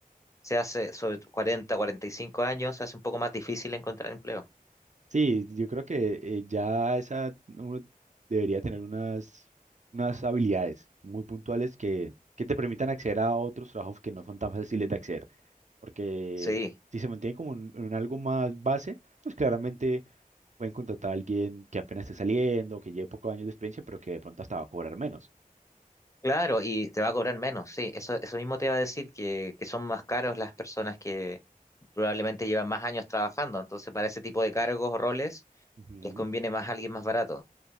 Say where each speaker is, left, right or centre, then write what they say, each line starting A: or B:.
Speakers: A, on the left (about 20°); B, on the right (about 55°).
A: se hace, sobre cuarenta, cuarenta y cinco años se hace un poco más difícil encontrar empleo.
B: Sí, yo creo que eh, ya esa uno debería tener unas, unas habilidades muy puntuales que, que te permitan acceder a otros trabajos que no son tan fáciles de acceder. Porque
A: Sí,
B: si se mantiene como en, en algo más base, pues claramente pueden contratar a alguien que apenas esté saliendo, que lleve pocos años de experiencia, pero que de pronto hasta va a cobrar menos.
A: Claro, y te va a cobrar menos, sí. Eso, eso mismo te iba a decir, que, que son más caros las personas que probablemente llevan más años trabajando. Entonces, para ese tipo de cargos o roles,
B: Ujú.
A: les conviene más alguien más barato,